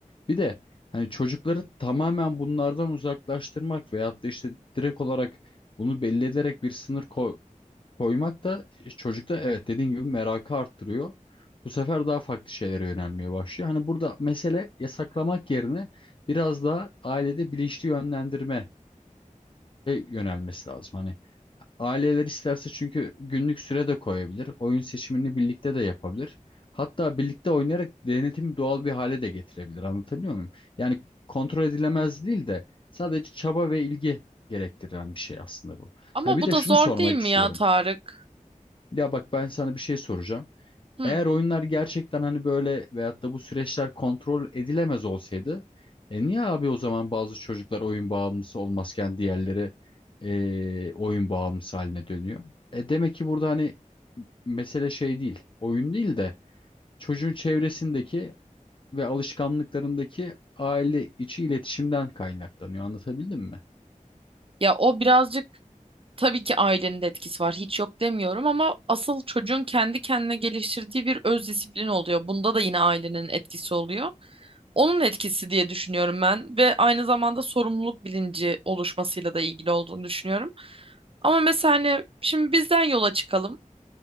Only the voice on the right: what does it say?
Ama
bu
da
zor
değil mi
ya Tarık?
Hı.
Ya o birazcık tabii ki ailenin de etkisi var. Hiç yok demiyorum ama asıl çocuğun kendi kendine geliştirdiği bir öz disiplin oluyor. Bunda da yine ailenin etkisi oluyor. Onun etkisi diye düşünüyorum ben ve aynı zamanda sorumluluk bilinci oluşmasıyla da ilgili olduğunu düşünüyorum. Ama mesela hani şimdi bizden yola çıkalım.